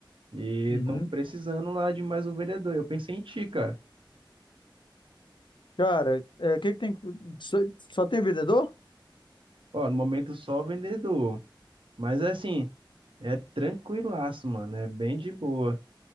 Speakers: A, on the right (about 80°); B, on the left (about 65°).
A: E
B: Uhum.
A: estão precisando lá de mais um vendedor. Eu pensei em ti, cara.
B: Cara, é, o que que tem. Só, só tem vendedor?
A: Ó, no momento só vendedor. Mas assim, é tranquilaço, mano. É bem de boa.